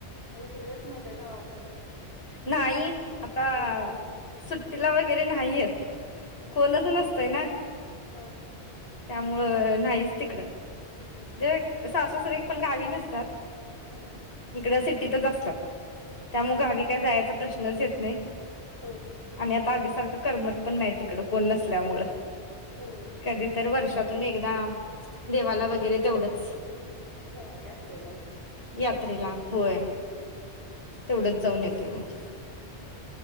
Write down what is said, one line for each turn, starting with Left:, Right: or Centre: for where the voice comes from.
Right: म इकडे येत नाही का गावाकडे.
Left: नाही. आता
Right: सुट्टीला
Left: सुट्टीला वगैरे नाहीयेत
Right: हम्म हम्म
Left: कोणच नसतय ना.
Right: हा हा.
Left: त्यामुळं नाहीच तिकडं.
Right: हम्म हम्म
Left: ज सासू सरी पण गावी नसतात.
Right: हम.
Left: इकड सिटीतच असतात त्यामुल
Right: हा हा
Left: गावी काय जायचा प्रश्नच येत नाही.
Right: होक.
Left: आणि आता आधी सारखं करमत पण नाही तिकडं कोण नसल्यामुळ.
Right: होय
Left: कधी तर वर्षातून एकदा देवाला वगैरे तेवढंच.
Right: हा यात्रेला होगैर.
Left: यात्रेला होय तेवढच जाऊन येतोय मग.
Right: हम् ह